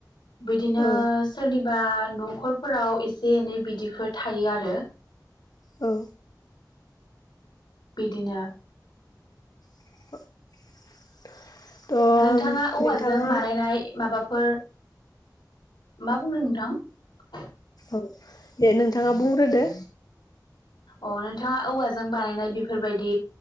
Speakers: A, on the left; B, on the left.
A: बिदिनो
B: औ
A: सोरनिबा न'खरफोराव एसे एनै बिदिफोर थायो आरो
B: औ
A: बिदिनो
B: <inaudible> थ'
A: नोंथाङा औवाजों
B: नोंथाङा
A: बानायनाय माबाफोर मा बुंदों नोंथां
B: औ दे नोंथाङा बुंग्रोदो
A: अ नोंथाङा औवाजों बानायनाय बेफोरबायदि